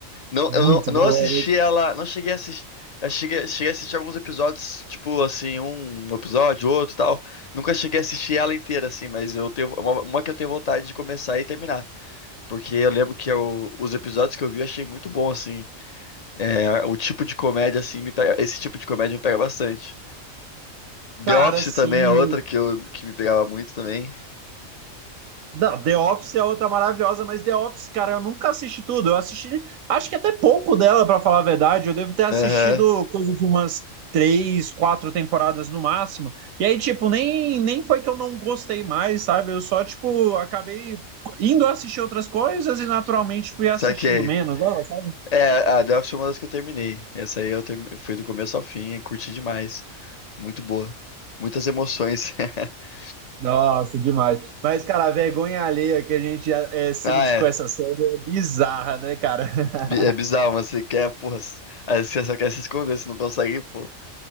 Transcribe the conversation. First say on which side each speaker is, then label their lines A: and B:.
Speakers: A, on the left; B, on the right.
A: Não,
B: Muito
A: eu não, eu
B: boa,
A: não assisti
B: né?
A: ela, não cheguei a assistir. Eu cheguei, cheguei a assistir alguns episódios, tipo assim, um episódio, outro e tal. Nunca cheguei a assistir ela inteira, assim, mas eu tenho uma, uma que eu tenho vontade de começar e terminar. Porque eu lembro que eu- os episódios que eu vi eu achei muito bom, assim. É, o tipo de comédia, assim, me pega- esse tipo de comédia me pega bastante. The
B: Cara,
A: Office
B: sim,
A: também é outra que, eu, que me pegava muito também.
B: Não, The Office é outra maravilhosa, mas The Office, cara, eu nunca assisti tudo. Eu assisti, acho que até pouco dela, pra falar a verdade. Eu devo ter assistido
A: Aham,
B: coisa de umas três, quatro temporadas no máximo. E aí, tipo, nem, nem foi que eu não gostei mais, sabe? Eu só, tipo, acabei indo assistir outras coisas e naturalmente fui assistindo
A: saquei.
B: menos, ó. sabe?
A: É, a The Office foi uma das que eu terminei. Essa aí eu termi- fui do começo ao fim, e curti demais. Muito boa. Muitas emoções. <laughs>
B: Nossa, demais. Mas, cara, a vergonha alheia que a gente é, sente
A: Ah, é.
B: com essa série é bizarra, né, cara?
A: Bi- É bizarro, mas você quer, porra. s- Às vezes você só quer se esconder, você não consegue, pô.